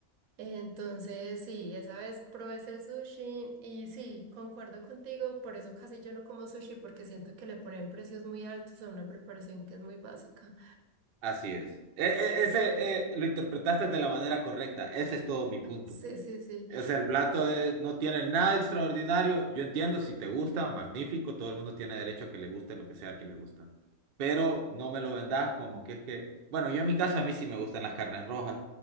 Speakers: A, on the right (about 80°); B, on the right (about 60°).
A: entonces, sí, esa vez probé el sushi y sí, concuerdo contigo, por eso casi yo no como sushi porque siento que le ponen precios muy altos a una preparación que es muy básica.
B: así es. E- e- ese eh, lo interpretaste de la manera correcta, ese es todo mi punto.
A: Sí, sí, sí,
B: Es el plato eh, no tiene nada extraordinario. Yo entiendo si te gusta, magnífico, todo el mundo tiene derecho a que le guste lo que sea que le gusta. Pero no me lo vendas como que es que, bueno, yo en mi casa a mí sí me gustan las carnes rojas,